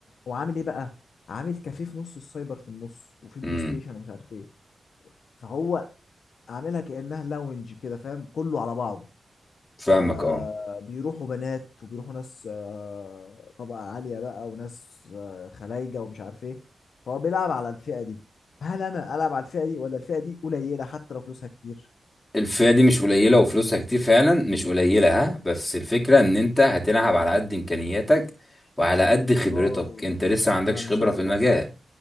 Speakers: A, on the left; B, on the left.
A: هو عامل ايه بقى عامل كافيه في نص السايبر في النص وفي بلاي
B: امم
A: ستيشن ومش عارف ايه فهو عاملها كانها لاونج كده فاهم كله على بعضه
B: فاهمك
A: فبيروحوا
B: اه
A: بنات وبيروحوا ناس آه، طبقه عاليه بقى وناس آه، خلايجه ومش عارف ايه فهو بيلعب على الفئه دي فهل انا العب على الفئه دي ولا الفئه دي قليله حتى لو فلوسها كتير
B: الفئة دي مش قليلة وفلوسها كتير فعلا مش قليلة ها بس الفكرة ان انت هتلعب على قد امكانياتك وعلى قد خبرتك
A: اه
B: انت لسه ما عندكش
A: انا مش
B: خبرة
A: هقدر
B: في المجال
A: صح